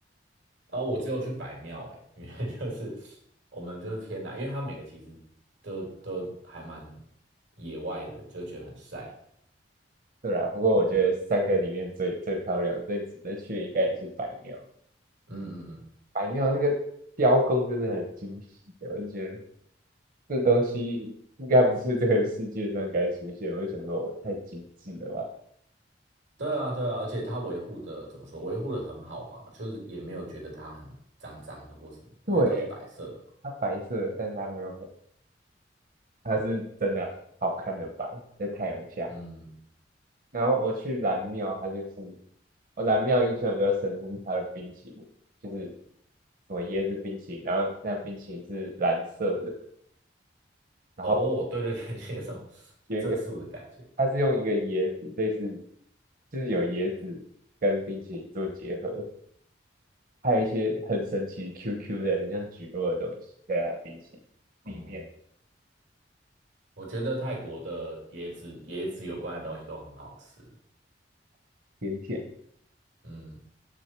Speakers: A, on the right; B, on the right.
A: 然后我只有去白庙哎，因为就是 <laughs> 我们就是偏南，因为它每个其实都都还蛮野外的，就觉得很晒。
B: 对啊，不过我觉得三个里面最最漂亮、最值得去的应该也是白庙。
A: 嗯嗯嗯
B: 白庙那个雕工真的很精细的，我就觉得这东西应该不是这个世界上该出现。我就想说，我太精致了吧？
A: 对啊，对啊，而且它维护的怎么说？维护的很好嘛，就是也没有觉得它很脏脏的或什么，
B: 对，
A: 因为都是白色的嘛。
B: 它白色，但它没有很它是真的好看的白，在太阳下。
A: 嗯，
B: 然后我去蓝庙，它就是我蓝庙印象比较深是它的冰淇淋，就是什么椰子冰淇淋，然后那冰淇淋是蓝色的，然后
A: 哦，对对对，<laughs> 有种
B: 有一个
A: 色素的感觉。
B: 它是用一个椰子，类似就是有椰子跟冰淇淋做结合，还有一些很神奇 QQ 的，很像橘蒻的东西在它的冰淇淋里面，
A: 哦，我觉得泰国的椰子椰子有关的东西都很好吃。
B: 甜甜的。
A: 嗯，